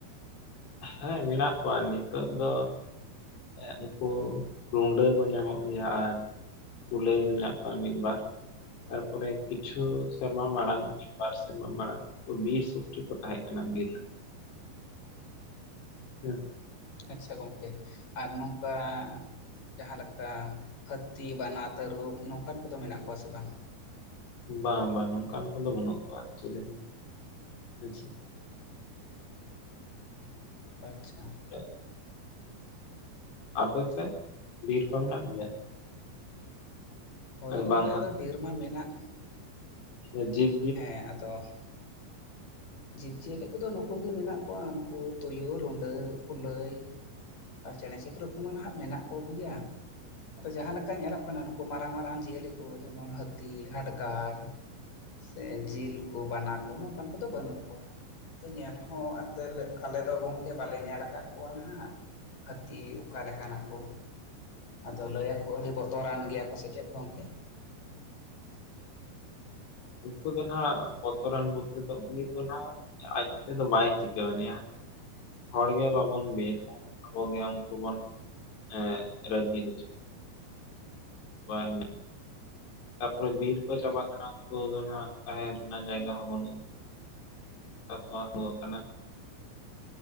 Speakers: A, on the left; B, on the left.
A: ᱦᱮᱸ ᱢᱮᱱᱟᱜ ᱠᱚᱣᱟ ᱱᱤᱛᱳᱜ ᱫᱚ ᱮ ᱩᱱᱠᱩ ᱨᱩᱸᱰᱟᱹ ᱠᱚ ᱧᱟᱢᱚᱜ ᱜᱮᱭᱟ, ᱟᱨ ᱠᱩᱞᱟᱹᱭ ᱢᱮᱱᱟᱜ ᱠᱚᱣᱟ ᱢᱤᱫᱼᱵᱟᱨ᱾ ᱛᱟᱨᱯᱚᱨᱮ ᱠᱤᱪᱷᱩ ᱥᱮᱨᱢᱟ ᱢᱟᱲᱟᱝ ᱵᱟᱨ ᱥᱮᱨᱢᱟ ᱢᱟᱲᱟᱝ᱾ ᱵᱤᱨ ᱥᱩᱠᱨᱤ ᱠᱚ ᱛᱟᱦᱮᱸ ᱠᱟᱱᱟ ᱵᱤᱨ ᱨᱮ᱾ ᱦᱮ᱾
B: ᱟᱪᱪᱷᱟ ᱜᱚᱢᱠᱮ ᱟᱨ ᱱᱚᱝᱠᱟ ᱡᱟᱦᱟᱸ ᱞᱮᱠᱟ ᱦᱟᱹᱛᱤ, ᱵᱟᱱᱟ, ᱛᱟᱹᱨᱩᱵ ᱱᱚᱝᱠᱟᱱ ᱠᱚᱫᱚ ᱢᱮᱱᱟᱜ ᱠᱚᱣᱟ ᱥᱮ ᱵᱟᱝ?
A: ᱵᱟ ᱵᱟᱝ ᱱᱚᱝᱠᱟᱱ ᱠᱚᱫᱚ ᱵᱟᱹᱱᱩᱜ ᱠᱚᱣᱟ ᱪᱮᱞᱮ ᱦᱚᱸ, ᱟᱪᱪᱷᱟ᱾
B: ᱟᱪᱪᱷᱟ᱾
A: <inaudible> ᱟᱯᱮ ᱪᱮᱜ ᱵᱤᱨ ᱠᱚ ᱢᱮᱱᱟᱜ ᱜᱮᱭᱟ?
B: ᱦᱳᱭ ᱜᱚᱝᱠᱮ
A: ᱵᱟᱝ
B: ᱟᱫᱚ ᱵᱤᱨ ᱢᱟ ᱢᱮᱱᱟᱜ᱾
A: ᱟᱹᱡᱤᱢ
B: ᱦᱮᱸ, ᱟᱫᱚ ᱡᱤᱵᱽᱼᱡᱤᱭᱟᱹᱞᱤ ᱠᱚᱫᱚ ᱱᱩᱠᱩ ᱜᱮ ᱢᱮᱱᱟᱜ ᱠᱚᱣᱟ ᱱᱩᱠᱩ ᱛᱩᱭᱩ, ᱨᱩᱰᱟᱹ, ᱠᱩᱞᱟᱹᱭ᱾ ᱟᱨ ᱪᱮᱬᱮᱼᱪᱤᱯᱨᱩᱫ ᱠᱚᱢᱟ ᱱᱟᱦᱟᱜ ᱢᱮᱱᱟᱜ ᱠᱚ ᱜᱮᱭᱟ᱾ ᱟᱫᱚ ᱡᱟᱦᱟᱸ ᱞᱮᱠᱟ ᱧᱮᱞᱚᱜ ᱠᱟᱱᱟ ᱱᱩᱠᱩ ᱢᱟᱨᱟᱝ ᱢᱟᱨᱟᱝ ᱡᱤᱭᱟᱹᱞᱤ ᱠᱚ ᱡᱮᱢᱚᱱ ᱦᱟᱹᱛᱤ, ᱦᱟᱰᱜᱟᱨ᱾ ᱥᱮ ᱡᱤᱞ ᱠᱚ, ᱵᱟᱱᱟ ᱠᱚ ᱱᱚᱝᱠᱟᱱ ᱠᱚᱫᱚ ᱵᱟᱹᱱᱩᱜ ᱠᱚᱣᱟ᱾ ᱛᱮ ᱧᱮᱞ ᱦᱚᱸ ᱟᱛᱮ ᱫᱚ ᱟᱞᱮ ᱫᱚ ᱜᱚᱝᱠᱮ ᱵᱟᱞᱮ ᱧᱮᱞ ᱟᱠᱟᱫ ᱠᱚᱣᱟ ᱦᱟᱸᱜ᱾ ᱦᱟᱹᱛᱤ ᱚᱠᱟ ᱞᱮᱠᱟᱱᱟ ᱠᱚ? ᱟᱫᱚ ᱞᱟᱹᱭᱟ ᱠᱚ, ᱟᱹᱰᱤ ᱵᱚᱛᱚᱨᱟᱱ ᱜᱮᱭᱟ ᱠᱚ ᱥᱮ ᱪᱮᱫ ᱜᱚᱝᱠᱮ?
A: ᱩᱱᱠᱩ ᱫᱚ ᱦᱟᱸᱜ ᱵᱚᱛᱚᱨᱟᱱ ᱵᱚᱞᱛᱮ ᱫᱚ ᱩᱱᱤ ᱫᱚ ᱱᱟᱜ ᱟᱡᱽ ᱛᱮᱫᱚ ᱵᱟᱭ ᱪᱤᱠᱟᱹᱣ ᱟᱱᱤᱼᱟ᱾ ᱦᱚᱲ ᱜᱮ ᱵᱟᱵᱚᱱ ᱵᱮᱥᱟ, ᱟᱵᱚ ᱜᱮ ᱩᱱᱠᱩ ᱵᱚᱱ ᱮᱸ ᱨᱟᱹᱜᱤ ᱦᱚᱪᱚ ᱠᱚᱣᱟ ᱛᱟᱯᱚᱨᱮ ᱵᱤᱨ ᱠᱚ ᱪᱟᱵᱟᱜ ᱠᱟᱱᱟ ᱩᱱᱠᱩ ᱫᱚ ᱱᱟᱦᱟᱜ ᱛᱟᱦᱮᱱ ᱨᱮᱱᱟᱜ ᱡᱟᱭᱜᱟ ᱦᱚᱸ ᱵᱟᱹᱱᱩᱜ ᱛᱟᱠᱚᱣᱟ ᱦᱳ ᱠᱟᱱᱟ᱾